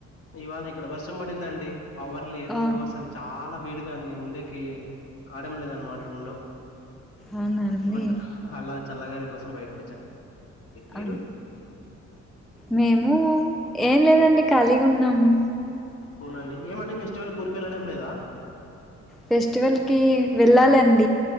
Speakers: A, on the left; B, in the centre.
A: ఇవాళ ఇక్కడ వర్ష పడిందండి పవర్ లేదు
B: ఆ
A: అసలు చాలా వేడుగాంది ఉండేకి కాడం లేదన్నమాట రూమ్ లో
B: అవునా అండి
A: ఏమంట హాల చల్లగాలి కోసం బయటకు మీరు
B: ఆ మేము ఏం లేదండి కలిగి ఉన్నాము
A: అవునండి ఏమండి ఫెస్టివల్ ఊరికి వెళ్ళడం లేదా
B: ఫెస్టివల్ కి వెళ్ళాలండి